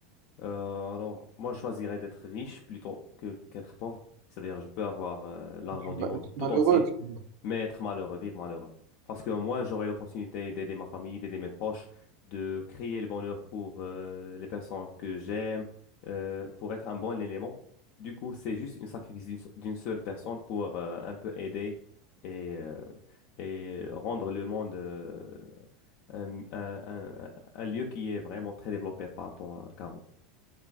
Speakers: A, on the left; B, on the right.
A: Euh, alors, moi, je choisirais d'être riche plutôt que qu'être pauvre. C'est-à-dire, je peux avoir euh, l'argent
B: Tu
A: du
B: vas
A: monde
B: être malheureux.
A: tout entier,
B: tu-
A: mais être malheureux, vivre malheureux. Parce que moi, j'aurai l'opportunité d'aider ma famille, d'aider mes proches, de créer le bonheur pour euh, les personnes que j'aime, euh, pour être un bon élément. Du coup, c'est juste une sacrifice d'une d'une seule personne pour euh, un peu aider et, euh, et rendre le monde euh, un, un- un- un lieu qui est vraiment très développé par rapport à qu'avant